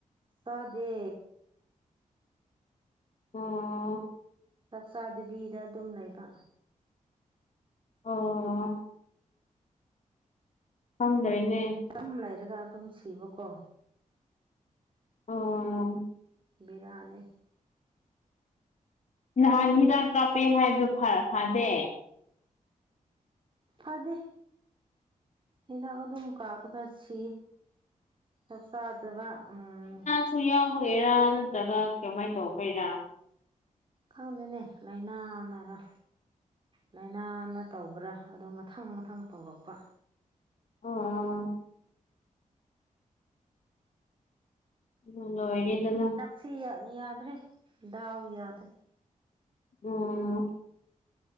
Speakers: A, on the right; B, on the left.
A: ꯇꯖꯦ
B: ꯑꯣ
A: ꯆꯥꯛꯆꯥ ꯗꯦꯕꯤꯗ ꯑꯗꯨꯝ ꯂꯩꯕ
B: ꯑꯣ ꯐꯪꯗ꯭ꯔꯦꯅꯦ
A: ꯑꯗꯨꯝ ꯂꯩꯔꯒ ꯑꯗꯨꯝ ꯁꯤꯕꯀꯣ
B: ꯑꯣ
A: ꯕꯤꯔꯅꯤ
B: ꯅꯍꯥꯟ ꯍꯤꯗꯥꯛ ꯀꯥꯞꯄꯦ ꯍꯥꯏꯕꯗꯣ ꯐꯔ ꯐꯗꯦ
A: ꯐꯗꯦ ꯍꯤꯗꯥꯛ ꯑꯗꯨꯝ ꯀꯥꯔꯒ ꯁꯤ ꯆꯞꯁꯥꯗꯕ ꯎꯝ
B: ꯁꯨ ꯌꯥꯎꯕꯒꯩꯔꯥ ꯅꯠꯇ꯭ꯔꯒ ꯀꯃꯥꯏꯅ ꯇꯧꯕꯒꯒꯤꯔꯥ
A: ꯈꯪꯗꯦꯅꯦ ꯂꯥꯏꯅꯥ ꯅꯥꯔ ꯂꯥꯏꯅꯥꯅ ꯇꯧꯕ꯭ꯔꯥ ꯑꯗꯨ ꯃꯊꯪ ꯃꯊꯪ ꯇꯧꯔꯛꯄ
B: ꯑꯣ ꯎꯣ ꯏꯗꯅ
A: ꯁꯤ ꯌꯥꯗ꯭ꯔꯦ ꯗꯥꯎ ꯌꯥꯗ꯭ꯔꯦ
B: ꯎꯝ